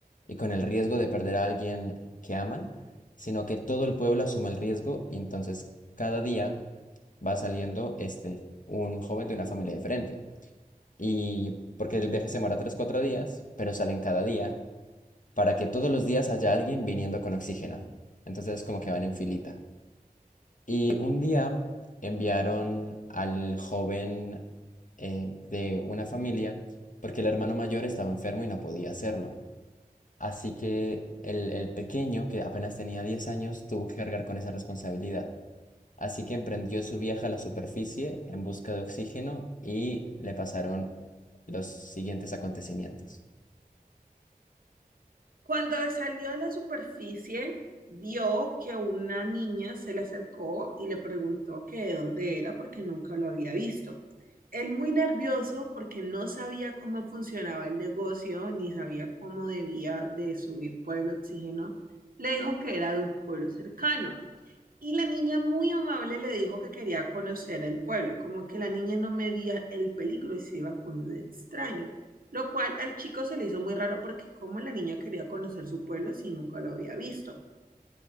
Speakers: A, on the left; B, on the right.
A: y con el riesgo de perder a alguien que aman, sino que todo el pueblo asuma el riesgo y entonces cada día va saliendo este, un joven de una familia diferente. Y porque el viaje se demora tres, cuatro días, pero salen cada día para que todos los días haya alguien viniendo con oxígeno. Entonces como que van en filita. Y un día enviaron al joven eh, de una familia porque el hermano mayor estaba enfermo y no podía hacerlo. Así que el, el pequeño, que apenas tenía 10 años, tuvo que cargar con esa responsabilidad. Así que emprendió su viaje a la superficie en busca de oxígeno y le pasaron los siguientes acontecimientos.
B: Cuando salió a la superficie, vio que una niña se le acercó y le preguntó que de dónde era porque nunca lo había visto. Él muy nervioso porque no sabía cómo funcionaba el negocio ni sabía cómo debía de subir por el oxígeno, le dijo que era de un pueblo cercano. Y la niña muy amable le dijo que quería conocer el pueblo, como que la niña no medía el peligro y se iba con un extraño, lo cual al chico se le hizo muy raro porque como la niña quería conocer su pueblo si nunca lo había visto.